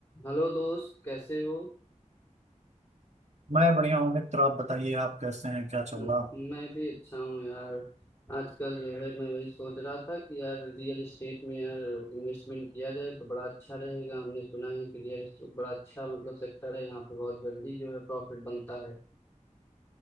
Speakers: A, on the left (about 20°); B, on the right (about 60°).
A: Hello दोस्त कैसे हो
B: मैं बढ़िया हूँ मित्र आप बताइए आप कैसे हैं क्या चल
A: म-
B: रहा
A: मैं भी अच्छा हूँ यार आजकल जो है मैं वही सोच रहा था कि यार रियल एस्टेट में यार इन्वेस्टमेंट किया जाए तो बड़ा अच्छा रहेगा हमने सुना है कि रियल एस्टेट बड़ा अच्छा मतलब सेक्टर है यहाँ पे बहुत जल्दी जो है प्रॉफिट बनता है